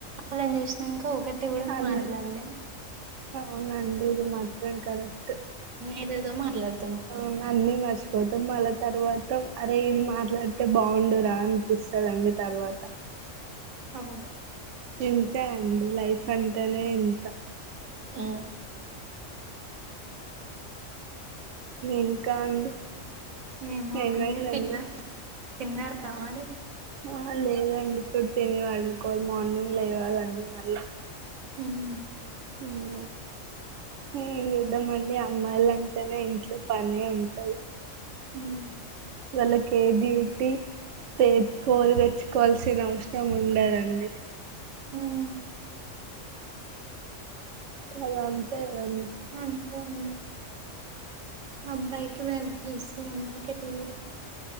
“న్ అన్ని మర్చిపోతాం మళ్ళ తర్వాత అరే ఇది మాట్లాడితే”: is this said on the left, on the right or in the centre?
Right